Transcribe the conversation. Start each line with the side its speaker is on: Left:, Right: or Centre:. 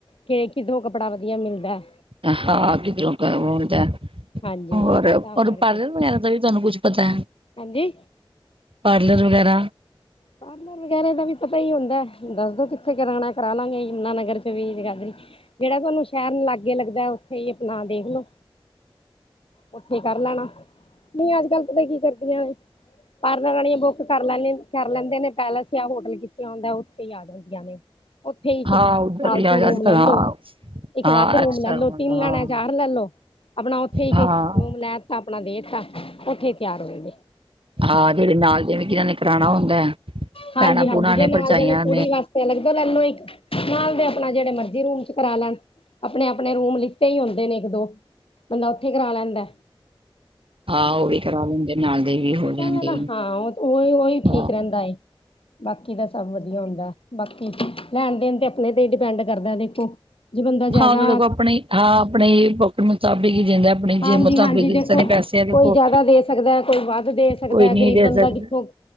Left: ਕਿ ਕਿਧਰੋਂ ਕੱਪੜਾ ਵਧੀਆ ਮਿਲਦਾ ਹੈ?
Right: ਅ ਹਾਂ ਕਿਧਰੋਂ ਹੂਂਣ! <unintelligible>
Left: ਹਾਂਜੀ
Right: ਹੋਰ-ਹੋਰ
Left: ਤਾਂ ਕਰਕੇ
Right: ਪਾਰਲਰ ਭਗੈਰਾ ਦਾ ਵੀ ਤੁਹਾਨੂੰ ਕੁੱਛ? ਪਤਾ ਹੈ।
Left: ਹਾਂਜੀ।
Right: ਪਾਰਲਰ ਵਗੈਰਾ?
Left: ਪਾਰਲਰ ਵਗੈਰਾ ਦਾ ਵੀ ਪਤਾ ਹੀ ਹੁੰਦਾ ਹੈ। ਦੱਸਦੋ ਕਿੱਥੇ ਕਰਾਉਣਾ ਹੈ, ਕਰਾ ਲਾਂਗੇ। ਯਮੁਨਾ ਨਗਰ ਚ ਵੀ ਜਿਹੜਾ ਤੁਹਾਨੂੰ ਸ਼ਹਿਰ ਨੂੰ ਲਾਗੇ ਲੱਗਦਾ ਹੈ, ਉੱਥੇ ਹੀ। ਨਾ ਦੇਖਲੋ! ਉੱਥੇ ਕਰ ਲੈਣਾ। ਨਹੀਂ ਆਜ ਗਲਤ ਤਾਂ ਕੀ ਕਰਦੀਆਂ ਏਹ! ਪਾਰਲਰ ਵਾਲੀਆਂ ਬੁੱਕ ਕਰ ਲੈਂਦੀ। ਕਰ ਲੈਂਦੇ ਨੇ। ਪੈਲਸ ਯਾਂ ਹੋਟਲ ਕੀਤਾ ਹੁੰਦਾ ਹੈ ਓ ਉੱਥੇ ਹੀ ਆ ਜਾਣਦੀਆਂ ਨੇ। ਉੱਥੇ ਹੀ ਇੱਕ
Right: ਹਾਂ ਉਧਰ
Left: ਫਾਲਤੂ
Right: ਵੀ
Left: ਰੂਮ
Right: ਅੱਜ ਕੱਲ
Left: ਲੈ
Right: ਹਾਂ
Left: ਲੋ। ਇੱਕ
Right: ਹਾਂ
Left: ਵੱਧ ਰੂਮ
Right: ਐਕਸਟਰਾ
Left: ਲੈ ਲੋ। ਤਿੰਨ ਲੈਣਾ
Right: ਹਾਂ
Left: ਹੈ, ਚਾਰ ਲੈਲੋ। ਆਪਣਾ ਉੱਥੇ ਹੀ ਇਕ-ਇਕ
Right: ਹਾਂ
Left: ਰੂਮ ਲੈ ਦਿੱਤਾਾ। ਆਪਣਾ ਦੇ ਦਿੱਤਾ। ਉੱਥੇ ਹੀ ਤਿਆਰ ਹੋਏ ਨੇ।
Right: ਹਾਂ! ਜਿਹੜੇ ਨਾਲ, ਜਿਵੇ ਜਿਹਨਾਂ ਨੇ ਕਰਾਉਣਾ ਹੁੰਦਾ ਹੈ।
Left: ਹਾਂਜੀ!
Right: ਭੈਣਾਂ
Left: ਹਾਂਜੀ!
Right: ਭੂਣਾਂ
Left: ਜੇ ਨਾਲ
Right: ਭਰਜਾਈਆਂ
Left: ਜਾ ਨੇ ਕੁੜੀ ਵਾਸਤੇ ਅਲੱਗ ਲੈਲੋ। ਇੱਕ ਨਾਲ ਦੇ ਆਪਣਾ ਜਿਹੜੇ ਮਰਜੀ ਰੂਮ ਚ ਕਰਾ ਲੈਣ। ਆਪਣੇ ਆਪਣੇ ਰੂਮ ਲਿਖਤੇ ਹੀ ਹੁੰਦੇ ਨੇ ਇੱਕ ਦੋ। ਬੰਦਾ ਉੱਥੇ ਕਰਾ ਲੈਂਦਾ ਹੈ।
Right: ਹਾਂ ਉਹ ਵੀ ਕਰਾ ਲੈਂਦੇ ਨਾਲ। ਦੇ
Left: <unintelligible>
Right: ਵੀ ਹੋ ਜਾਂਦੇ
Left: ਹਾਂ ਉਹੀ ਉਹੀ ਠੀਕ
Right: ਹਾਂ
Left: ਰਹਿੰਦਾ ਬਾਕੀ ਤਾਂ ਸਭ ਵਧੀਆ ਹੁੰਦਾ। ਬਾਕੀ ਲੈਣ ਦੇਣ ਤੇ ਆਪਣੇ ਤੇ ਹੀ ਡਿਪੈਂਡ ਕਰਦਾ ਦੇਖੋ। ਜੇ ਬੰਦਾ ਜ਼ਿਆਦਾ
Right: ਹਾਂ ਦੇਖੋ ਆਪਣੇ ਹਾਂ ਆਪਣੇ ਪੌਕਟ ਮੁਤਾਬਿਕ। ਹੀ ਦਿੰਦਾ ਆਪਣੇ ਜੇਬ
Left: ਹਾਂਜੀ
Right: ਮੁਤਾਬਿਕ
Left: ਹਾਂਜੀ
Right: ਹੀ
Left: ਦੇਖੋ
Right: ਜਿਸ ਨੇ ਪੈਸੇ ਆ
Left: ਕੋਈ
Right: ਦੇਖੋ
Left: ਜ਼ਿਆਦਾ ਦੇ ਸਕਦਾ ਕੋਈ ਵੱਧ ਦੇ ਸਕਦਾ
Right: ਕੋਈ ਨਹੀਂ
Left: ਗਰੀਬ
Right: ਦੇ
Left: ਬੰਦਾ।
Right: ਸਕਦਾ
Left: ਕਿੱਥੋਂ